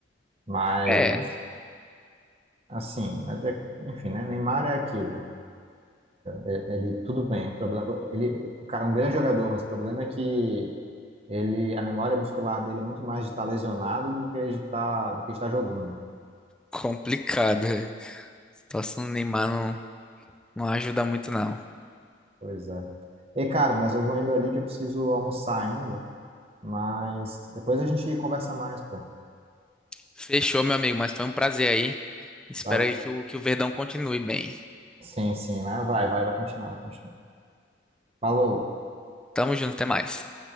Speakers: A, on the right (about 35°); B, in the centre.
A: Mas,
B: É
A: assim, é- é- enfim, né? Neymar é aquilo. É- Ele, tudo bem. o Problema, ele o cara é um grande jogador, mas o problema é que ele, a memória muscular dele é muito mais de estar lesionado do que de estar, do que de estar jogando, né?
B: complicado. é. A situação do Neymar não, não ajuda muito, não.
A: Pois é. Ei, cara, mas eu vou indo ali que eu preciso almoçar ainda. Mas depois a gente conversa mais, pô.
B: Fechou, meu amigo, mas foi um prazer aí. Espero
A: Val-
B: que o, que o Verdão continue bem.
A: Sim, sim, né? Vai, vai, vai continuar, vai continuar. Falou.
B: Tamo junto, até mais.